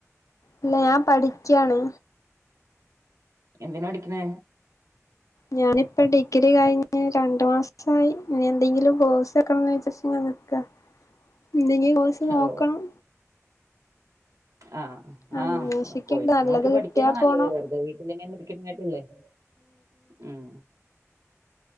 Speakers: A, on the left (about 80°); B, on the right (about 85°).
A: ഇല്ല ഞാൻ പഠിക്ക്യാണ്
B: എന്തിനാ പഠിക്കിണ്
A: ഞാനിപ്പ ഡിഗ്രി കഴിഞ്ഞ് രണ്ടു മാസമായി ഇനി എന്തെങ്കിലും കോഴ്സ് വെക്കണം ന്ന് ചോ ക്ക എന്തെങ്കിലും കോഴ്സ് നോക്കണം
B: ഓ ആഹ്
A: അന്വേഷിക്കണ്ട്
B: ആ കോയ്സ്
A: നല്ലത്
B: നോക്കി
A: കിട്ടിയാ
B: പഠിക്കന്ന നല്ലത്
A: പോണം
B: വെറുതെ വീട്ടില് ഇങ്ങനെ ഇരിക്കണകാട്ടിലും നല്ല ഉം